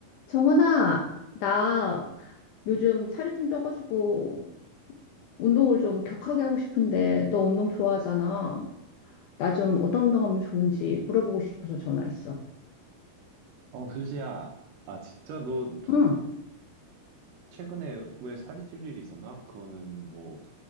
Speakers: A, on the left; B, on the right.
A: 정원아, 나 요즘 살이 좀 쪄가지고 운동을 좀 격하게 하고 싶은데 너 운동 좋아하잖아. 나 좀 어떤 운동하면 좋은지 물어보고 싶어서 전화했어.
B: 어, 수지야. 아, 진짜 너
A: 응.
B: 최근에 왜 살이 찔 일이 있었나? 그거는 뭐,